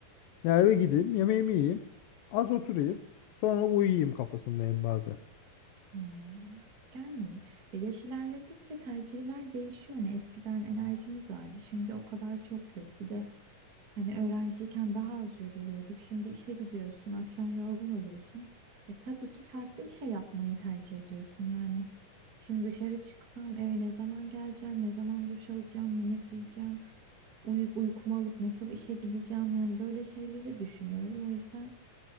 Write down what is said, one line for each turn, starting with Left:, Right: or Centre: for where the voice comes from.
Left: Ya eve gideyim, yemeğimi yiyeyim, az oturayım, sonra uyuyayım kafasındayım bazen.
Right: Hmm. Yani ya yaş ilerledikçe tercihler değişiyor. Hani eskiden enerjimiz vardı, şimdi o kadar çok yok. Bir de hani öğrenciyken daha az yoruluyorduk. Şimdi işe gidiyorsun, akşam yorgun oluyorsun. E tabii ki farklı bir şey yapmayı tercih ediyorsun. Yani şimdi dışarı çıksam eve ne zaman geleceğim, ne zaman duş alacağım, yemek yiyeceğim, uyuyup uykumu alıp nasıl işe gideceğim yani böyle şeyleri düşünüyorum. O yüzden.